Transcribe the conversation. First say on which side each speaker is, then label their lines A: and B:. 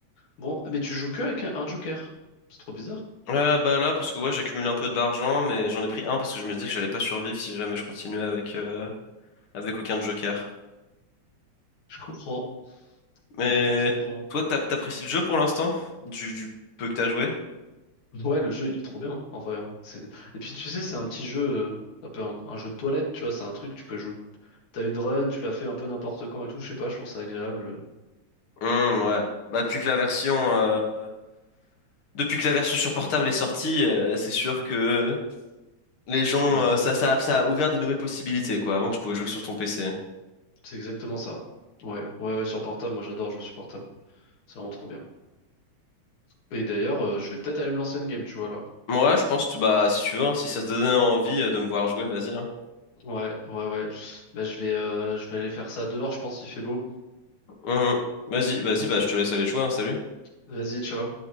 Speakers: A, on the left (about 80°); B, on the left (about 50°).
A: Bon, mais tu joues que avec un, un joker? C'est trop bizarre.
B: Ouais, bah là, parce que ouais, j'ai accumulé un peu d'argent, mais j'en ai pris un parce que je me disais que j'allais pas survivre si jamais je continuais avec, euh, avec aucun joker.
A: Je comprends,
B: Mais
A: je comprends, je comprends.
B: toi, t'as- t'apprécies le jeu pour l'instant? Du, du peu que t'as joué?
A: Ouais, le jeu, il est trop bien, en vrai. hein. C'est... Et puis, tu sais, c'est un petit jeu, euh, un peu un, un jeu de toilette, tu vois, c'est un truc, tu peux jouer. T'as une run, tu la fais un peu n'importe quand et tout, je sais pas, je trouve ça agréable. euh,
B: Hum, ouais. Bah, depuis que la version, euh, depuis que la version sur portable est sortie, euh, c'est sûr que les gens,
A: Ouais,
B: euh, ça, ça, ça a ouvert de nouvelles possibilités, quoi. Avant, tu pouvais jouer que sur ton PC.
A: c'est exactement ça. Ouais, ouais, ouais, sur portable, moi j'adore jouer sur portable. C'est vraiment trop bien. Et d'ailleurs, euh, je vais peut-être aller me lancer une game, tu vois, là.
B: Moi, je pense, tu- bah, si tu veux, hein, si ça te donne envie euh, de me voir jouer, vas-y. hein.
A: Ouais, ouais, ouais. Bah, je vais, euh, je vais aller faire ça dehors, je pense, il fait beau.
B: Mhm. Vas-y, vas-y, bah, je te laisse aller jouer, hein, salut.
A: Vas-y, ciao.